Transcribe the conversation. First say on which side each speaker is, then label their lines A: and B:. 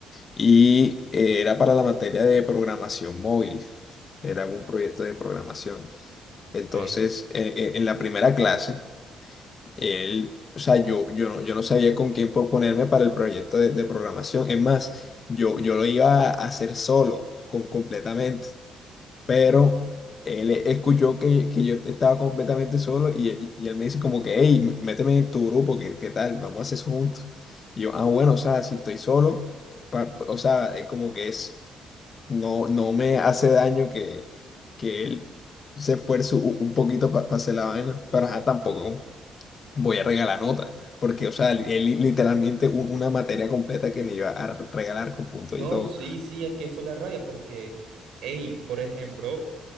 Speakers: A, on the left; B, on the right.
A: Y eh, era para la materia de programación móvil, era un proyecto de programación. Entonces,
B: Ok.
A: eh, eh, en la primera clase, él, o sea, yo, yo, no, yo no sabía con quién proponerme para el proyecto de, de programación. Es más, yo, yo lo iba a hacer solo, con, completamente. Pero él e, escuchó que, que yo estaba completamente solo y, él y él me dice como que, hey, méteme en tu grupo, ¿qué, qué tal? Vamos a hacer eso juntos. Y yo, ah, bueno, o sea, si estoy solo, pa- o sea, eh, como que es... No, no me hace daño que, que él se esfuerce u- un poquito para hacer la vaina, pero ajá, tampoco voy a regalar nota, porque, o sea, li- él li- literalmente un- una materia completa que le iba a re- regalar con puntos
B: No,
A: y todo.
B: sí, sí, es que eso da rabia porque, hey, por ejemplo,